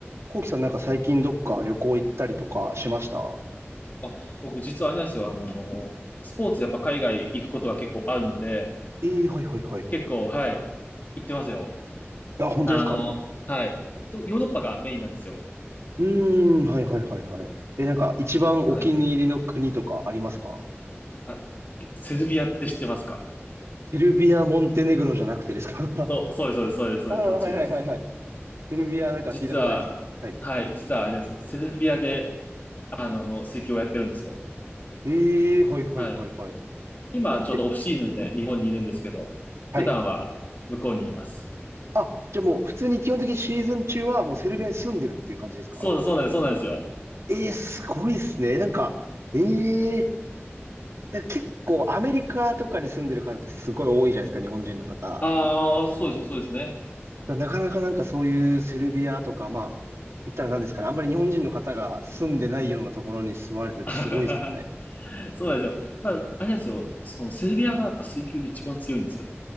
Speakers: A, on the right; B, on the left.
A: コウキさんなんか最近どっか旅行行ったりとかしました
B: あ、僕実はあれなんですよ。あの、スポーツやっぱ海外行くことが結構あるので、
A: ええーはいはいはい。
B: 結構、はい、行ってますよ。
A: あ、本当ですかい
B: あの、はい。ヨーロッパがメインなんですよ。
A: うーん、はいはいはいはい。え、なんか一番お気に入りの国とかありますか
B: はい。あ、セルビアって知ってますか
A: セルビア、モンテネグロじゃなくてですか <laughs>
B: そう、そうです、そうです、そうです、
A: あー、
B: そうです、そっちです。
A: はいはいはいはい。セルビアなんか聞いたことあります。
B: 実は、
A: はい。
B: はい、実はあれなんですよ。セルビアで、あの、水球をやってるんですよ。
A: ええーはいはいはいはい。
B: はい。今、ちょうどオフシーズンで日本にいるんですけど、
A: え、はい。
B: 普段は向こうにいます。
A: あ、じゃあもう普通に基本的にシーズン中はもうセルビアに住んでるっていう感じですか
B: そう、そうなんです、そうなんですよ。
A: えー、すごいっすね。なんか、
B: はい
A: えーなんか結構アメリカとかに住んでる方ってすごい多いじゃないですか、日本人の方。
B: ああ、そうです、そうですね。
A: だなかなかなんかそういうセルビアとか、まあ、言ったら何ですかね、あんまり日本人の方が住んでないようなところに住まれててすごいですね。
B: <laughs> <laughs> そうなんですよ。まあ、あれなんですよ。そのセルビアがやっぱ水球で一番強いんですよ。